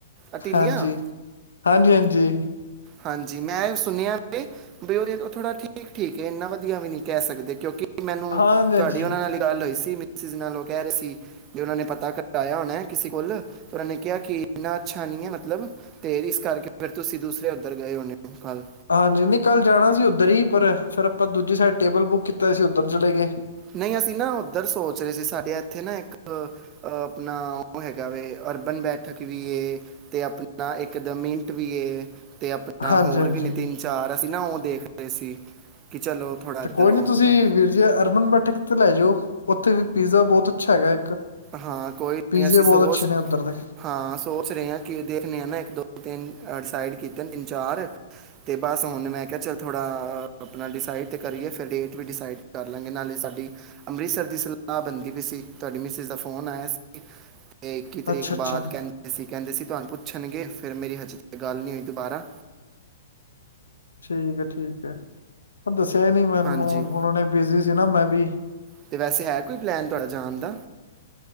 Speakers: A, on the right; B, on the left.
A: ਅਟੀਲੀਆ
B: ਹਾਂਜੀ-ਹਾਂਜੀ ਹਾਂਜੀ।
A: ਹਾਂਜੀ ਮੈਂ ਸੁਣਿਆ। ਬਈ ਉਹਦੇ ਥੋੜਾ ਠੀਕ-ਠੀਕ ਏ ਇੰਨਾ ਵਧੀਆ ਵੀ ਨਹੀਂ ਕਹਿ ਸਕਦੇ। ਕਿਉਂਕਿ ਮੈਨੂੰ
B: ਹਾਂਜੀ
A: ਤੁਹਾਡੀ
B: ਹਾਂਜੀ
A: ਉਹਨਾਂ ਨਾਲ ਹੀ ਗੱਲ ਹੋਈ ਸੀ। ਨਾਲ ਉਹ ਕਹਿ ਰਹੇ ਸੀ। ਵੀ ਉਹਨਾਂ ਨੇ ਪਤਾ ਕਰਵਾਇਆ ਹੋਣਾ ਕਿਸੇ ਕੋਲ ਤੇ ਉਹਨਾਂ ਨੇ ਕਿਹਾ ਕਿ ਇੰਨਾ ਅੱਛਾ ਨਹੀਂ ਹੈ। ਮਤਲਬ ਤੇ ਇਸ ਕਰਕੇ ਫਿਰ ਤੁਸੀਂ ਦੂਸਰੇ ਗਏ ਹੋਣੇ ਹੋ ਕੱਲ
B: ਹਾਂਜੀ ਨੀ ਕੱਲ ਜਾਣਾ ਸੀ ਉੱਧਰ ਹੀ। ਪਰ ਫੇਰ ਆਪਾਂ ਦੂਜੀ ਸਾਈਡ ਟੇਬਲ ਬੁੱਕ ਕੀਤਾ ਸੀ ਉੱਧਰ ਚਲੇ ਗਏ
A: ਨਹੀਂ ਅਸੀਂ ਨਾ ਉੱਧਰ ਸੋਚ ਰਹੇ ਸੀ। ਸਾਡੇ ਇੱਥੇ ਨਾ ਇੱਕ ਆਪਣਾ ਉਹ ਹੈਗਾ। ਵ ਅਰਬਨ ਬੈਠਕ ਵੀ ਏ ਤੇ ਆਪਣਾ ਇੱਕ ਦ ਮਿੰਟ ਵੀ ਏ ਤੇ ਆਪਣਾ
B: ਹਾਂਜੀ-ਹਾਂਜੀ
A: ਹੋਰ ਵੀ ਨੇ ਤਿੰਨ ਚਾਰ ਅਸੀਂ ਨਾ ਉਹ ਦੇਖਦੇ ਸੀ। ਕਿ ਚਲੋ ਥੋੜਾ
B: ਤੇ
A: ਇੱਧਰ
B: ਕੋਈ
A: ਹੋ
B: ਨੀ
A: ਆਵਾਂਗੇ
B: ਤੁਸੀਂ ਵੀਰ ਜੀ ਅਰਬਨ ਬੈਠਕ ਤੇ ਲੇ ਜਾਓ ਉੱਥੇ ਵੀ ਪੀਜ਼ਾ ਬਹੁਤ ਅੱਛਾ ਹੈਗਾ। ਇੱਕ
A: ਹਾਂ ਕੋਈ
B: ਪੀਜ਼ੇ
A: ਨੀ ਅਸੀਂ
B: ਬਹੁਤ
A: ਸੋਚ
B: ਅੱਛੇ ਨੇ ਉੱਧਰ ਦੇ
A: ਹਾਂ ਸੋਚ ਰਹੇ ਹਾਂ। ਕਿ ਦੇਖਣੇ ਹਾਂ ਨਾ ਇੱਕ ਦੋ ਦਿਨ ਡਿਸਾਈਡ ਕੀਤੇ ਨੇ ਤਿੰਨ ਚਾਰ ਤੇ ਬਸ ਹੁਣ ਮੈਂ ਕਿਹਾ ਚਲ ਥੋੜ੍ਹਾ ਆਪਣਾ ਡਿਸਾਈਡ ਤਾਂ ਕਰੀਏ ਫਿਰ ਡੇਟ ਵੀ ਡਿਸਾਈਡ ਕਰ ਲਾਂਗੇ ਨਾਲੇ ਸਾਡੀ ਅੰਮ੍ਰਿਤਸਰ ਦੀ ਸਲਾਹ ਬੰਦੀ ਵੀ ਸੀ ਤੁਹਾਡੀ ਮਿਸਿਜ਼ ਫੋਨ ਆਇਆ ਸੀ। ਤੇ ਇੱਕੀ ਤਰੀਕ
B: ਅੱਛਾ-ਅੱਛਾ
A: ਬਾਅਦ ਕਹਿੰਦੇ ਸੀ ਕਹਿੰਦੇ ਸੀ ਤੁਹਾਨੂੰ ਪੁੱਛਣਗੇ। ਫਿਰ ਮੇਰੀ ਹਜੇ ਗੱਲ ਨਹੀਂ ਹੋਈ ਦੁਬਾਰਾ
B: ਠੀਕ ਹੈ, ਠੀਕ ਹੈ ਦੱਸ ਇਹ ਨੀ ਮੈਨੂੰ
A: ਹਾਂਜੀ
B: ਉਹਨਾਂ ਨੇ ਬਿਜੀ ਸੀ ਨਾ, ਮੈਂ ਵੀ
A: ਅਤੇ ਵੈਸੇ ਹੈ ਕੋਈ ਪਲੈਨ, ਤੁਹਾਡਾ ਜਾਣ ਦਾ